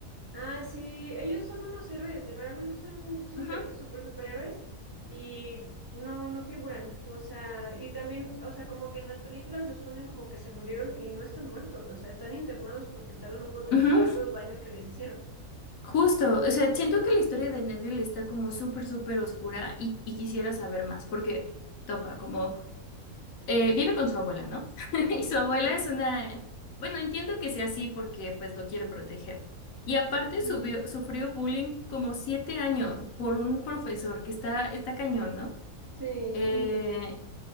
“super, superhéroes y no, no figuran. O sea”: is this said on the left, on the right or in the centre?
Right